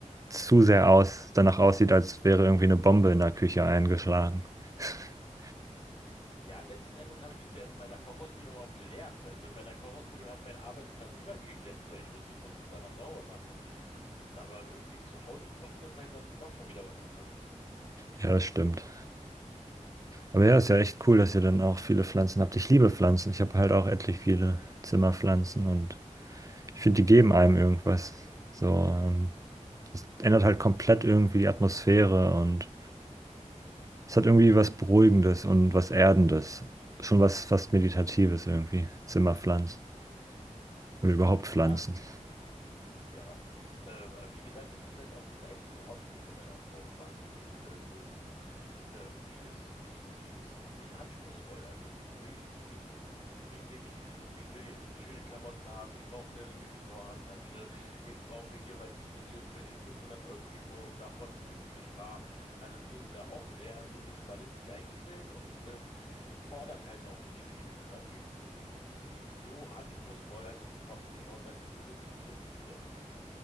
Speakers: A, on the right; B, on the left.
A: zu sehr aus, danach aussieht, als wäre irgendwie eine Bombe in der Küche eingeschlagen. <laughs>
B: Ja, letzten Endes habe ich das ja in meiner Kochausbildung auch gelernt. Also in meiner Kochausbildung hat mein Arbeitsplatz immer geglänzt, weil ich wusste, ich muss das danach sauber machen. Aber irgendwie zu Hause kochen ist halt dann doch schon wieder was anderes.
A: Ja, das stimmt. Aber ja, ist ja echt cool, dass ihr dann auch viele Pflanzen habt. Ich liebe Pflanzen. Ich habe halt auch etlich viele Zimmerpflanzen und ich finde, die geben einem irgendwas. So, ähm, Das ändert halt komplett irgendwie die Atmosphäre und es hat irgendwie was Beruhigendes und was Erdendes. Schon was fast Meditatives irgendwie. Zimmerpflanzen oder überhaupt Pflanzen.
B: Ja, ja. Ähm, wie gesagt, das ist halt auch das einzige Hobby von meiner Frau quasi mit dem äh, Putzen. Ähm, die ist, die, die ist nicht anspruchsvoll. Also die will nicht, die will hier nicht, ich will schöne Klamotten haben, ich brauche eine Louis Vuitton-Handtasche, ich brauche hier, weiß ich nicht, irgendwelche 500-Euro-Schuhe und davon 50 Paar. Also die ist äh, auch eher so minimalistisch eingestellt und ähm, fordert halt auch nicht viel. Ne? Die ist, äh, die ist nicht so anspruchsvoll. Also die kommt nicht immer und sagt, ich will das, ich will das, ich will das.